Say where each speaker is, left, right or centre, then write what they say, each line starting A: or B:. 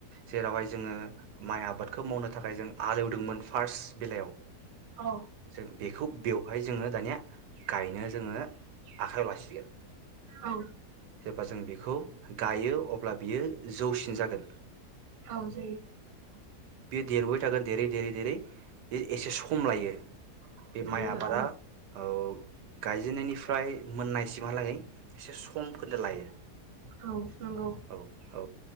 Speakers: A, on the right (about 85°); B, on the right (about 55°).
A: जेरावहाय जोङो माइ आबादखौ मावनो थाखाय जों आलेवदोंमोन फार्स्ट बेलायाव
B: औ
A: जों बेखौ बेवहाय जोङो दानिया गायनो जोङो आखाइयाव लासिगोन
B: औ
A: जेब्ला जों बेखौ गायो अब्ला बियो जौसिन जागोन।
B: औ जायो।
A: बेयो देरबोबाय थागोन देरै देरै देरै एसे सम लायो। बे
B: लायो
A: माइ आबादा
B: औ
A: ओ गायजेननायनिफ्राय मोननायसिमहालागै एसे स समखौनो लायो।
B: औ नंगौ
A: औ औ